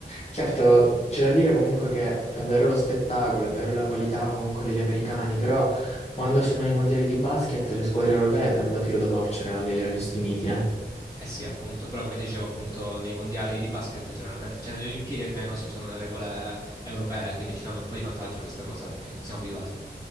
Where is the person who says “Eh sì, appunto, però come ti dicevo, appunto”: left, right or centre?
Left